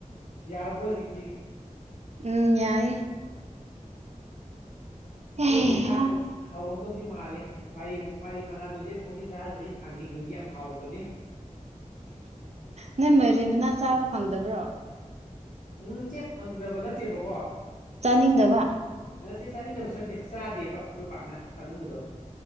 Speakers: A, on the left; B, on the right.
A: ꯌꯥꯔꯕꯨꯣꯖꯤꯛꯇ
B: ꯎꯝ ꯌꯥꯏꯦ ꯑꯦꯍꯥ
A: ꯏꯆꯦꯒꯤ ꯌꯦꯟꯁꯥꯡꯗꯣ ꯍꯥꯎꯔꯝꯗꯧꯗꯤ ꯃꯥꯜꯂꯤ ꯃꯥꯏꯔꯦꯟꯗꯨ ꯃꯥꯏꯔꯦꯟ ꯃꯅꯥꯗꯨꯗꯤ ꯑꯃꯨꯛ ꯐꯥꯎꯗꯤꯤ ꯆꯥꯗ꯭ꯔꯗꯤ ꯊꯥꯡꯖꯤꯡꯗꯨꯗꯤ ꯌꯥꯝ ꯍꯥꯎꯕꯅꯦ
B: ꯅꯪ ꯃꯔꯦ ꯃꯅꯥ ꯆꯥꯕ ꯐꯪꯗꯕ꯭ꯔꯣ
A: ꯎꯝ ꯆꯦ ꯐꯪꯗꯕ ꯅꯠꯇꯦꯕꯀꯣ
B: ꯆꯥꯅꯤꯡꯗꯕ
A: ꯅꯠꯇꯦ ꯆꯥꯅꯤꯡꯗꯕꯁꯨ ꯅꯠꯇꯦ ꯆꯥꯗꯦꯕ ꯑꯩꯈꯣꯏ ꯄꯥꯛꯅ ꯑꯗꯨꯝꯕꯗꯣ